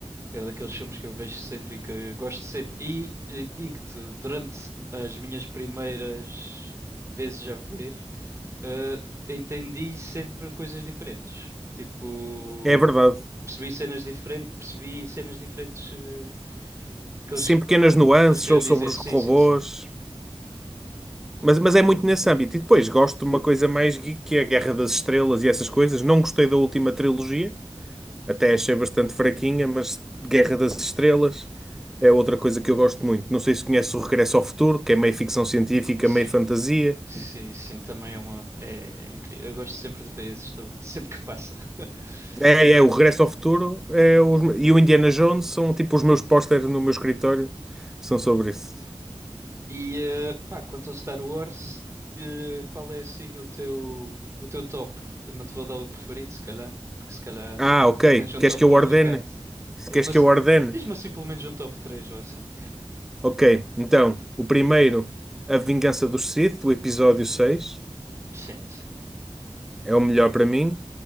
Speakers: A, on the right (about 30°); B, in the centre.
A: É daqueles filmes que eu vejo sempre e que gosto sempre. E, e digo-te, durante as minhas primeiras vezes a ver, eh, entendi sempre coisas diferentes. Tipo,
B: É verdade.
A: percebi cenas diferentes, percebi cenas diferentes, eh, que eles,
B: Sim, pequenas nuances
A: que eles queriam
B: ou sobre
A: dizer.
B: os
A: Sim,
B: robôs.
A: sim, sim.
B: Mas, mas é muito nesse âmbito. E depois gosto de uma coisa mais geek, que é a Guerra das Estrelas e essas coisas. Não gostei da última trilogia, até achei bastante fraquinha, mas Guerra das Estrelas é outra coisa que eu gosto muito. Não sei se conhece o Regresso
A: E-
B: ao Futuro, que é meio ficção científica,
A: sim,
B: meio fantasia.
A: sim, sim, também é uma. É, incrível. Eu gosto sempre de ver esses também, <laughs> sempre que passa. <laughs>
B: É,
A: E,
B: é o Regresso ao Futuro é os- e o Indiana Jones são tipo os meus pósteres no meu escritório. São sobre isso.
A: e eh, pá, quanto ao Star Wars, eh, qual é assim o teu, o teu top? Eu não te vou dar o preferido, se calhar, porque se calhar
B: Ah, ok.
A: tens um
B: Queres
A: top
B: que
A: complicado.
B: eu ordene?
A: Diz-me
B: Queres que
A: assim,
B: eu ordene?
A: diz-me assim pelo menos um top 3 ou assim.
B: Ok, então, o primeiro, A Vingança dos Sith, do episódio 6,
A: Sim, sim.
B: é o melhor para mim.